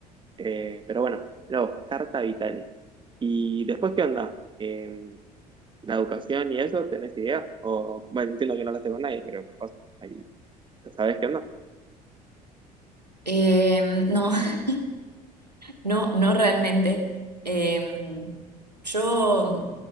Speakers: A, on the right (about 25°); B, on the right (about 85°).
A: Eh, pero bueno, no, carta vitales. ¿Y después qué onda? Em, la educación y eso, ¿tenés idea? O, bueno, entiendo que no lo hablaste con nadie, pero capaz ahí sabés qué onda.
B: Em, no, <laughs> no, no realmente. Em, yo